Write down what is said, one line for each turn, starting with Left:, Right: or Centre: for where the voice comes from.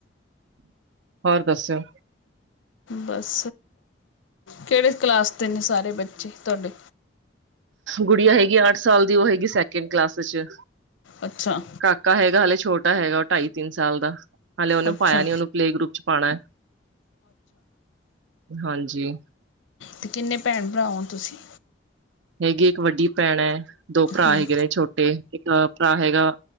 Right: ਹੋਰ ਦੱਸੋ।
Left: ਬਸ ਕੇੜੇ ਕਲਾਸ ਦੇ ਨੇ ਸਾਰੇ ਬੱਚੇ ਤੁਹਾਡੇ
Right: ਗੁੜੀਆਂ ਹੈਗੀਆਂ ਅੱਠ ਸਾਲ ਦੀ ਓ ਹੈਗੀ ਸੈਕਿੰਡ ਕਲਾਸ 'ਚ
Left: ਅੱਛਾ
Right: ਕਾਕਾ ਹੈਗਾ ਹਾਲੇ ਛੋਟਾ ਹੈਗਾ ਓ ਢਾਈ ਤਿੰਨ ਸਾਲ ਦਾ ਹਾਲੇ ਉਹਨੇ
Left: ਅੱਛਾ
Right: ਪਾਇਆ ਨੀ ਉਹਨੂੰ ਪਲੇ ਗਰੁੱਪ 'ਚ ਪਾਣਾ ਹਾਂਜੀ।
Left: ਤੇ ਕਿੰਨੇ ਭੈਣ ਭਰਾ ਹੋ ਤੁਸੀਂ
Right: ਹੈਗੀ ਇੱਕ ਵੱਡੀ ਭੈਣ ਐ ਦੋ ਭਰਾ
Left: ਹਮ
Right: ਹੈਗੇ ਨੇ ਛੋਟੇ ਇੱਕ ਭਰਾ ਹੈਗਾ